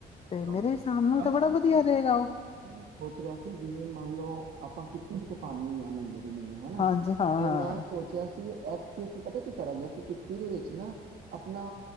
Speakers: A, on the left; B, on the right.
A: ਤੇ
B: ਹਾਂ
A: ਮੇਰੇ ਹਿਸਾਬ ਨਾਲ
B: ਬਸ
A: ਤਾਂ ਬੜਾ
B: ਇਹੀ
A: ਵਧੀਆ
B: ਮੈਂ
A: ਰਹੇਗਾ ਉਹ
B: ਵੀ ਸੋਚ ਰਿਹਾ ਸੀ ਜਿਵੇਂ ਮੰਨ ਲਓ ਆਪਾਂ <inaudible> ਮੈਨੂੰ ਹਨਾ,
A: ਹਾਂਜੀ ਹਾਂ
B: ਤੇ
A: ਹਾਂ
B: ਮੈਂ ਸੋਚਿਆ ਐਤਕੀ ਅਸੀਂ ਪਤਾ ਕੀ ਕਰਾਂਗੇ ਅਸੀਂ ਕਿਟੀ ਦੇ ਵਿੱਚ ਨਾ ਆਪਣਾ